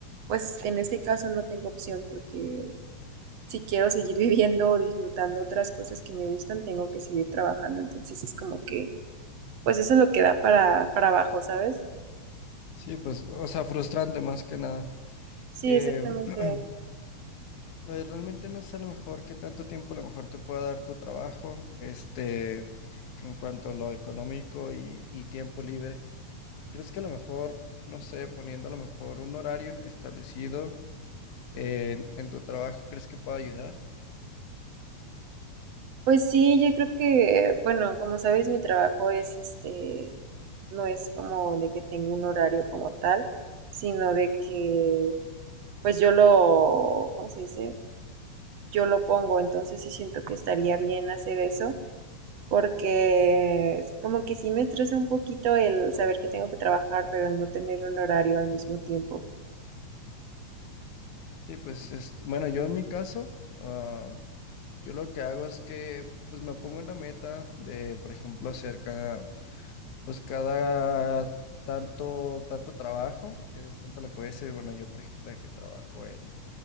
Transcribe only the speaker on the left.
Sí, pues, o sea, frustrante más que nada.
Eh,
<clears throat> pues realmente no sé a lo mejor qué tanto tiempo a lo mejor te pueda dar tu trabajo, este, en cuanto a lo económico y, y tiempo libre. ¿Crees que a lo mejor, no sé, poniendo a lo mejor un horario establecido en, en tu trabajo, ¿crees que pueda ayudar?
Sí, pues, este, bueno, yo en mi caso, ah, yo lo que hago es que, pues, me pongo una meta de, por ejemplo, hacer cada pues cada tanto, tanto trabajo, que es tanto lo que voy a decir, bueno, yo por ejemplo de que trabajo en,